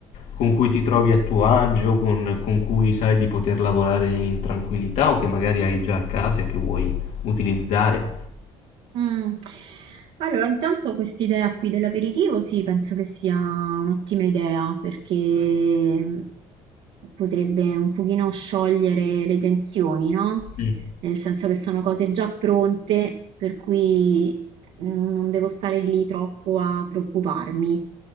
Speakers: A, on the left; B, on the right.
A: con cui ti trovi a tuo agio, con, con cui sai di poter lavorare in tranquillità o che magari hai già a casa e che vuoi utilizzare.
B: Mm. Allora, intanto quest'idea qui dell'aperitivo, sì, penso che sia un'ottima idea perché mm, potrebbe un pochino sciogliere le tensioni, no?
A: Mm.
B: Nel senso che sono cose già pronte, per cui non non devo stare lì troppo a preoccuparmi.